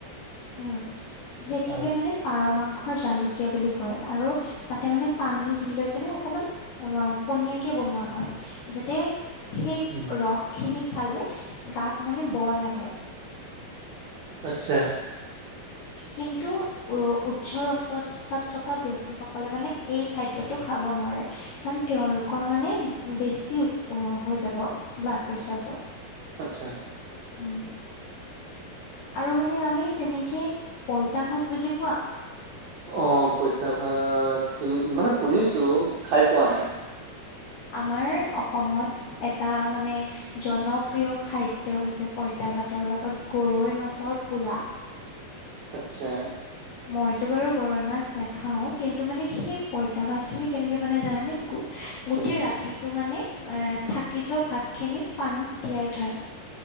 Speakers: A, on the left; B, on the right.
A: উম' সেইটোকে
B: আৰু
A: মানে পাৰমা জালুকীয়া বুলি কয় আৰু তাতে মানে পানী দি লৈ পেলাই অকমান অ' পনিয়াকে বনোৱা হয় যাতে সেই
B: উম
A: ৰস খিনি খালে গাত মানে বল আহে।
B: আচ্ছা।
A: কিন্তু উ উচ্চ ৰক্তত চাপ থকা ব্যক্তিসকলে মানে এই খাদ্য খাব নোৱাৰে কাৰণ তেওঁলোকৰ মানে বেছি হৈ যাব ব্লাড প্ৰে চাৰটো।
B: আচ্ছা।
A: উম। আৰু মানে আমি তেনেকে পইতা ভাত বুজি পোৱা?
B: অ পইতা ভাত মানে শুনিছো, খাই পোৱা নাই।
A: আমাৰ অসমত এটা মানে জনপ্ৰিয় খাদ্য হৈছে পইতা পইতা ভাতৰ লগত গৰৈ মাছৰ পোৰা।
B: আত্চ্ছা।
A: মইতো বাৰু গৰৈ মাছ নাখাওঁ কিন্তু মানে সেই পইতা ভাত খিনি কেনেকে বনাই জানানে?
B: কেনেকে
A: গোটেই ৰাতিটো মানে এ থাকি যোৱা ভাতখিনি পানীত তিয়াই থয়।